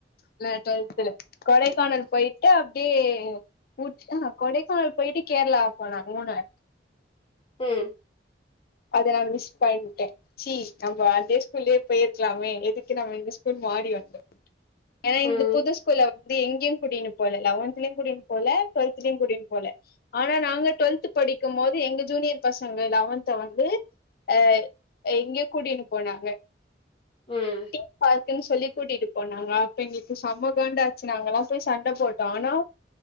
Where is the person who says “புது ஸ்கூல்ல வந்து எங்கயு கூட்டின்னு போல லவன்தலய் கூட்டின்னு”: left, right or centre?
Left